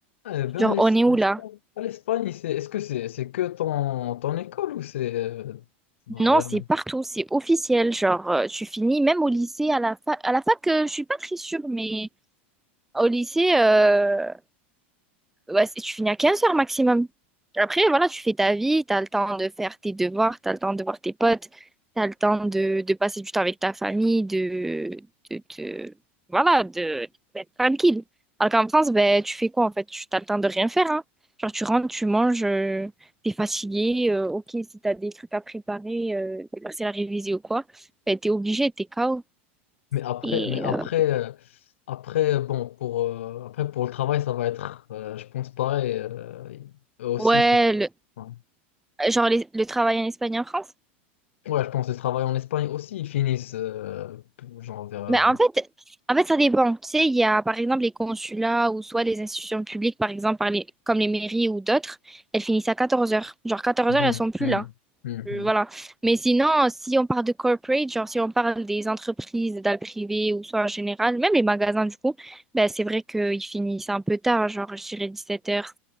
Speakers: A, on the left (about 85°); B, in the centre.
A: Eh bien,
B: Genre,
A: l'Es-
B: on est où
A: l'Espagne,
B: là?
A: ah, l'Espagne, c'est, est-ce que c'est c'est que ton, ton école ou c'est euh, vraiment?
B: Non, c'est partout, c'est officiel. Genre, euh, tu finis même au lycée, à la fac. À la fac, euh, je suis pas très sûre, mais au lycée, euh, ouais, c'est- tu finis à 15 heures maximum. Après, voilà, tu fais ta vie, t'as le temps de faire tes devoirs, t'as le temps de voir tes potes, t'as le temps de, de passer du temps avec ta famille, de, de, de- voilà, de, d'être tranquille. Alors qu'en France, ben, tu fais quoi en fait? Tu t'as le temps de rien faire, hein. Genre, tu rentres, tu manges, euh, t'es fatigué, euh, ok, si t'as des trucs à préparer, euh, des parcelles à réviser ou quoi, ben, t'es obligé, t'es KO.
A: Mais après,
B: Et
A: mais après,
B: euh,
A: euh, après bon, pour, euh, après, pour le travail, ça va être, euh, je pense, pareil. euh, eux aussi,
B: ouais,
A: ils finissent.
B: le,
A: Ouais.
B: genre les- le travail en Espagne et en France?
A: Ouais, je pense que le travail en Espagne aussi, ils finissent, euh, genre vers. euh,
B: Mais en fait, en fait, ça dépend. Tu sais, il y a par exemple les consulats ou soit les institutions publiques, par exemple, par les- comme les mairies ou d'autres, elles finissent à 14 heures. Genre quatorze
A: hum,
B: heures, elles sont plus
A: hum,
B: là.
A: hum,
B: Euh,
A: hum,
B: Voilà. Mais sinon, si on parle de corporate, genre si on parle des entreprises dans le privé ou soit en général, même les magasins du coup, ben, c'est vrai qu'ils finissent un peu tard, genre je dirais dix-sept heures